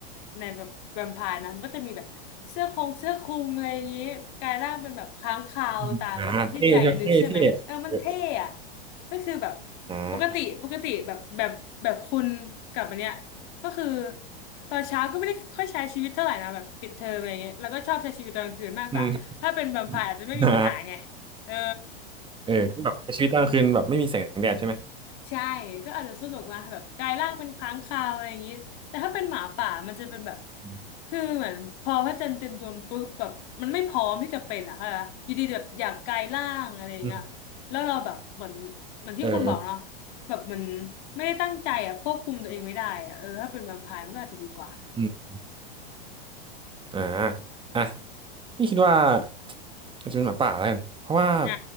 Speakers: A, on the left; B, on the right.
A: ในแบบแวมไพร์นะมันก็จะมีแบบเสื้อคงเสื้อคลุมอะไรอย่างนี้กลายร่างเป็นแบบค้างคาวตามแบบที่ใจนึกใช่ไหมเออมันเท่อะ
B: อืมอ่าเท่ใช่ไหมเท่เท่เออ
A: ก็คือแบบ
B: อ่า
A: ปกติปกติแบบแบบแบบคุณกับอันเนี้ยก็คือตอนเช้าก็ไม่ได้ค่อยใช้ชีวิตเท่าไหร่นะแบบปิดเทอมอะไรเงี้ยแล้วก็ชอบใช้ชีวิตตอนกลางคืนมากกว่าถ้าเป็นแวมไพร์อาจจะไม่มีปัญหาไง
B: อืม <laughs> อ่า
A: เออ
B: เออก็แบบชีวิตตอนกลางคืนแบบไม่มีแสงแดดใช่ไหม
A: ใช่ก็อาจจะสนุกนะแบบกลายร่างเป็นค้างคาวอะไรอย่างนี้แต่ถ้าเป็นหมาป่ามันจะเป็นแบบ
B: อืม
A: คือเหมือนพอพระจันทร์เต็มดวงปุ๊บแบบมันไม่พร้อมที่จะเป็นอะค่ะปะอยู่ดีแบบอยากกลายร่างอะไรอย่างเงี้ยแล้วเราแบบเหมือนเหมือนที่คุณบอกเนาะ
B: อืมเออเออ
A: แบบมันไม่ได้ตั้งใจอะควบคุมตัวเองไม่ได้อะเออถ้าเป็นแวมไพร์มันก็อาจจะดีกว่า
B: อืมอ่าอ่ะนี่คิดว่าอาจจะเป็นหมาป่าแล้วกันเพราะว่า
A: อ่ะ